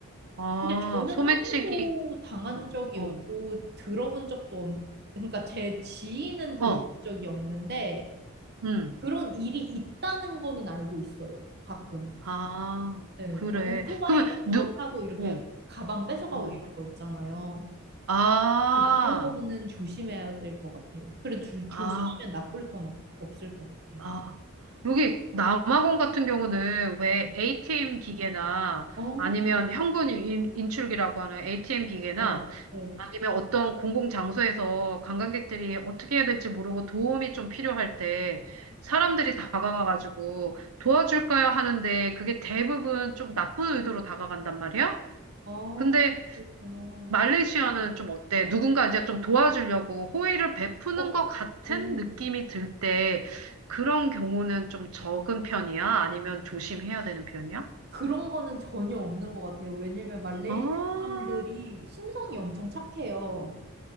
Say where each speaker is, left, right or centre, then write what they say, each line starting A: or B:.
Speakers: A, on the right; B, on the right.
A: 아,
B: 근데 저는
A: 소매치기,
B: 한 번도 당한
A: 어,
B: 적이 없고
A: 어,
B: 들어본 적도 없, 그러니까 제 지인은 들어본
A: 어,
B: 적이 없는데
A: 음,
B: 그런 일이 있다는 거는 알고 있어요. 가끔.
A: 아,
B: 네,
A: 그래.
B: 막 오토바이
A: 그러면,
B: 같은
A: 누,
B: 거 타고 이렇게
A: 어.
B: 가방 뺏어가고
A: 어.
B: 이런 거 있잖아요.
A: 아,
B: 네, 그런 거는 조심해야 될 것 같아요. 그래도 조- 조심하면
A: 아,
B: 나쁠 건 없, 없을 것 같아요.
A: 아. 여기 남아공 같은 경우는 왜
B: 네.
A: ATM 기계나
B: 어,
A: 아니면 현금 인- 인출기라고 하는 ATM 기계나
B: 네, 네.
A: 아니면 어떤 공공 장소에서 관광객들이 어떻게 해야 될지 모르고 도움이 좀 필요할 때 사람들이 다가와가지고 도와줄까요 하는데 그게 대부분 좀 나쁜 의도로 다가간단 말이야?
B: 아,
A: 근데
B: 그렇구나.
A: 말레이시아는 좀 어때? 누군가 이제 좀 도와주려고 호의를 베푸는
B: 어,
A: 것 같은
B: 음
A: 느낌이 들 때 그런 경우는 좀 적은 편이야? 아니면 조심해야 되는 편이야?
B: 그런 거는 전혀 없는 것 같아요. 왜냐면 말레이시아
A: 아,
B: 사람들이 심성이 엄청 착해요.